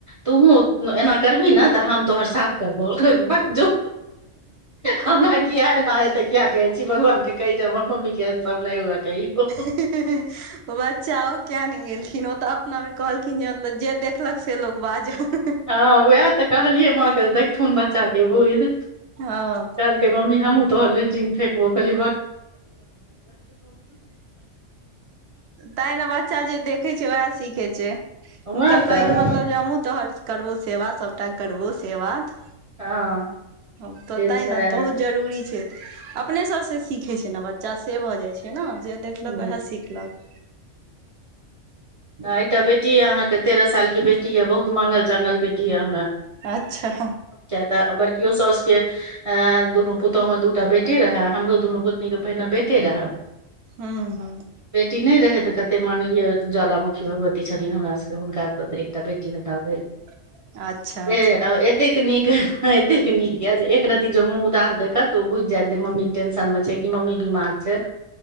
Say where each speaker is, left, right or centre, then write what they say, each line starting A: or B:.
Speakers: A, on the right; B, on the right.
A: तुहो एना करवही नहि। तोहर साफ करबो बक जो हमरा किया हे <unintelligible> किया कहे छी भगवान के कही ज हमर मम्मी के एन सब न हुए कहयौ
B: ही ही ही ओ बच्चा ओ किया नहि गेलखिन ओ तऽ अपना बेर कहल खिन जे देखलक से लोक बाजल
A: हँ, उएह तऽ कहलियै, माँके देखथुन बच्चा के बुईध
B: हँ
A: च कहै मम्मी हमूँ तोहर लेटिंग फेेकबौ कहलीयै भक
B: तै ने बच्चा जे देख खै छै उएह सीखे छै हुनकर
A: उएह
B: कहे
A: तऽ
B: के मतलब जे हमहु तोहर करबौ सेवा सबटा करबौ से बात
A: हँ
B: हं त
A: से
B: तै
A: छै
B: ने बहुत जरूरी छै, तऽ अपने सभसँ सीखै छै ने बच्चा। बच्चा से भऽ जाइ छै ने जे देखलक
A: हूँ
B: उहै सिखलक
A: आ एकटा बेटी अइ अहाँके तेरह साल के बेटी य बहुत माँगल चाँगल बेटी य हमरा
B: अच्छा
A: किया त बरकियो सॉस के, दुनू पुतोमे दूटा बेटी रहे। हमरो दुनू गोतनीके पहिने बेटे रहै।
B: हँ हू
A: बेटी नहि रहै तऽ कते मांगलियै ओ ज्वालामुखी भगवती छथिन हमरा सबके हुनका स त एकटा बेटी हमरा भेल
B: <inaudible> अच्छा
A: ह
B: अच्छा
A: एक <unintelligible> एतेक नीक एतेक नीक य जे एक रति ज मुँह उदास देखत तऽ ओ बुझ जायत जे मम्मी टेंशन में छै कि मम्मी बीमार छैै